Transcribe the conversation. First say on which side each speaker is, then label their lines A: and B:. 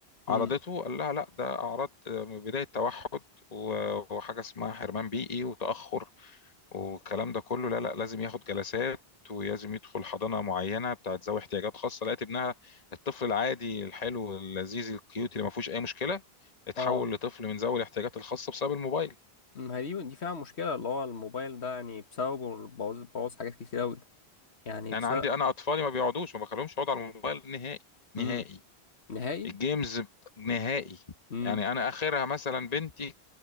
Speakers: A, on the left (about 40°); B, on the left (about 80°).
A: عرضته
B: امم
A: قال لها لا ده اعراض بدايه توحد و- وحاجه اسمها حرمان بيئي وتاخر والكلام ده كله لا لا لازم ياخد جلسات ولازم يدخل حضانه معينه بتاعت ذوي احتياجات خاصه لقيت ابنها الطفل العادي الحلو اللذيذ الكيوت اللي ما فيهوش اي مشكله اتحول
B: اه
A: لطفل من ذوي الاحتياجات الخاصه بسبب الموبايل
B: ما هي دي دي فعلا مشكلة اللي هو الموبايل ده يعني بسببه بوظ بوظ حاجات كتير أوي يعني
A: يعني
B: بسبب
A: عندي انا اطفالي ما بيقعدوش ما بخليهمش يقعدوا على الموبايل نهائي نهائي
B: امم نهائي
A: الجيمز نهائي
B: امم
A: يعني انا اخرها مثلا بنتي